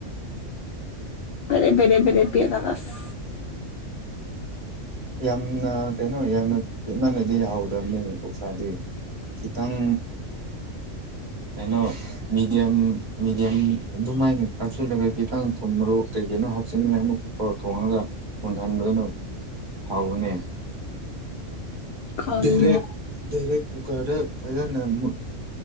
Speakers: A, on the left; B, on the right.
A: ꯆꯔꯦ ꯕꯔꯦ ꯕꯔꯦ ꯄꯦꯠꯂꯒ ꯑꯁ
B: ꯌꯥꯝꯅ ꯀꯩꯅꫭ ꯌꯥꯝꯅ ꯄꯦꯠꯃꯜꯂꯗꯤ ꯍꯧꯗꯕꯅꯤ ꯑꯣꯛꯁꯥꯗꯤ ꯈꯤꯇꯪ ꯀꯩꯅꯣ ꯃꯤꯗꯤꯌꯝ ꯃꯤꯗꯤꯌꯝ ꯑꯗꯨꯃꯥꯏꯅ ꯀꯥꯞꯁꯤꯜꯂꯒ ꯈꯤꯇꯪ ꯊꯨꯝꯃ꯭ꯔꯣꯛ ꯀꯩ ꯀꯩꯅꫭ ꯍꯥꯞꯆꯤꯅꯤꯡꯉꯥꯏ ꯑꯃꯨꯛꯔ ꯊꯣꯡꯉꯒ ꯃꯨꯟꯍꯟꯕꯗꯨꯅ ꯍꯥꯎꯕꯅꯦ
A: ꯈꯪꯗꯦ
B: ꯗꯥꯏꯔꯦꯛ ꯗꯥꯏꯔꯦꯛ ꯀꯨꯀꯔꯗ ꯐꯖꯅ ꯃꯨꯟ